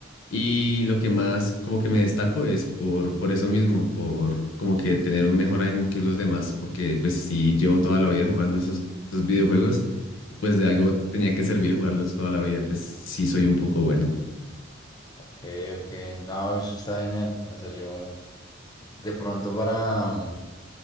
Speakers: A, on the left; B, on the left.
A: Y lo que más como que me destaco es por, por eso mismo, por como que tener un mejor aim que los demás, porque pues si llevo toda la vida jugando esos, esos videojuegos, y pues de algo tenía que servir jugarlos toda la vida, y pues sí soy un poco bueno.
B: Ok, ok, no, eso está genial. O sea, yo de pronto para,